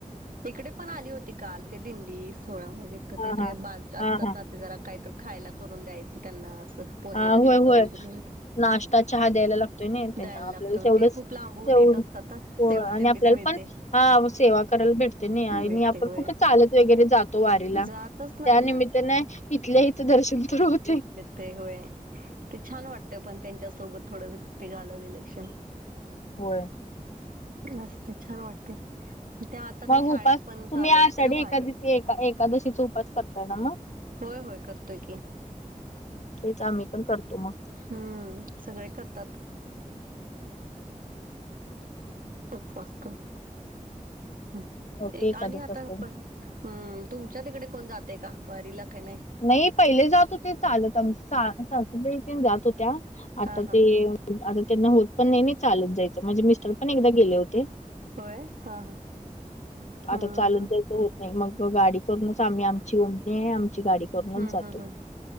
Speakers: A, on the right; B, on the left.
A: इकडे पण आली होती काल ते दिंडी सोहळया मधे- तर
B: हा
A: तिथे
B: हा
A: पा अस
B: हा
A: त्यात
B: हा
A: नां ते जरा काहीत खायला करून द्यायचं त्यांना असं. पोहे
B: आं
A: वगैरे
B: होय
A: करून
B: होय
A: दिले
B: नाश्ता चहा द्यायला लागतोय ना त्यांना
A: द्यायला
B: आपल्याला
A: लागतो
B: तेवढंच-
A: ते खूप
B: -
A: लांबून
B: तेवढं
A: येत असतात
B: होय
A: सेवा
B: आणि
A: तेवढीच
B: आपल्याला
A: मिळते
B: पण आ सेवा करायला भेटतेयंनी
A: मिळते
B: आणि आपण
A: होय
B: कुठे चालत- - वगैरे जातो वारीला
A: जातच नाही
B: त्यानिमित्ताने
A: ना
B: इथल्याइथं दर्शन तर होतय.
A: तें होय ते छान वाटतय पण त्यांच्यासोबत थोडं ते घालवलेले क्षण.
B: होय.
A: मस्त छान वाटतय. म त्या आता काही
B: मग
A: शाळेत
B: उपास
A: पण
B: तुम्ही
A: चालू
B: आषाढी
A: असते ना वारी
B: एकादशी
A: वगैरे.
B: एका एकादशीचा उपास करताय ना मग
A: होंय होःय करतोय की.
B: तेच आम्ही पण करतो मग.
A: हां सगळे करतात. उपवास तो हं
B: मोठी
A: एक
B: एकादशी
A: आणि आता
B: असते
A: प- हां तुमच्या तिकडे कोण जातेयं का वारीला काही नाही.
B: नायी पहिले जात होते चालत आमं- सा-सासूबाई तेन जात होत्या आता
A: हा हा
B: ते येवू- आता त्यांना होत पण नाही नाही चालत जायचं म्हणजे मिस्टर पण एकदा गेले होते
A: होय हा हा हम्म
B: आता चालून जायच हो मग गाडी करूनच आम्ही आमची उओमणी आहे आमची गाडी करूनच
A: हम्म
B: जातो.
A: हम्म हम्